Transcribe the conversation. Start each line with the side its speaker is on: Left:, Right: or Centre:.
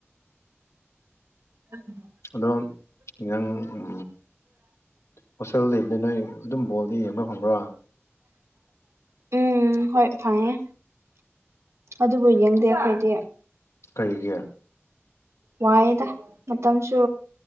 Right: <inaudible>
Left: ꯑꯗꯣ ꯅꯪ ꯎꯝ ꯍꯣꯁꯦꯜ ꯂꯩꯕꯗꯤ ꯅꯣꯏ ꯑꯗꯨꯝ ꯕꯣꯜꯗꯤ ꯌꯦꯡꯕ ꯐꯪꯕ꯭ꯔꯥ
Right: ꯎꯝ ꯍꯣꯏ ꯐꯪꯉꯦ ꯑꯗꯨꯕꯨ ꯌꯦꯡꯗꯦ ꯑꯩꯈꯣꯏꯗꯤ
Left: ꯀꯩꯒꯤ
Right: ꯋꯥꯏꯑꯦꯗ ꯃꯇꯝꯁꯨ